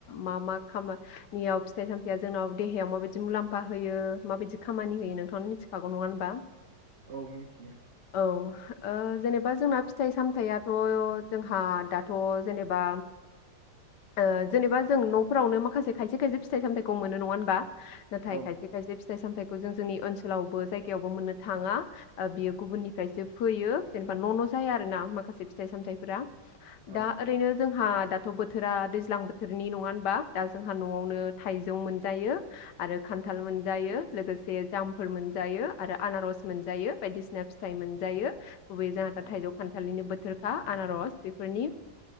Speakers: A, on the left; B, on the right.
A: मा मा खामानियाव फिथाइ सामथायाइआ जोंनाव देहायाव माबायदि मुलाम्फा होयो माबायदि खामानि होयो नोंथाङानो मिथिखागौ नङा होनबा
B: औ मिथियो
A: औ ओ जेनेबा जोंना फिथाइ सामथाइआथ जोंहा दा थ जेनेबा ओ
B: औ
A: जेनेबा जों नफोरावनो मा खासे खायसे खायसे फिथाइ सामथाइखौ मोनो नङा होनबा? नाथाय
B: औ
A: खायसे खायसे फिथाइ सामथाइखौ जों जोंनि ओनसोल आवबो जायगायावबो मोननो थाङा बियो गुबुननिफ्रायसो फैयो जेनेबा न न जाया आरो ना माखासे फिथाइ सामथाइफोरा
B: औ
A: दा ओरैनो जोंहा दाथ बोथोरा दैज्लां बोथोरनि नङा होनबा? दा जोंहा नआवनो थाइ जौ मोनजायो आरो खान्थाल मोनजायो लोगोसे जामफोर मोनजायो आरो आनारस मोनजायो बायदिसिना फिथाइ मोनजायो <unintelligible>
B: औ
A: थाइजौ खान्थालनिनो बोथोरखा आनारस बेफोरनि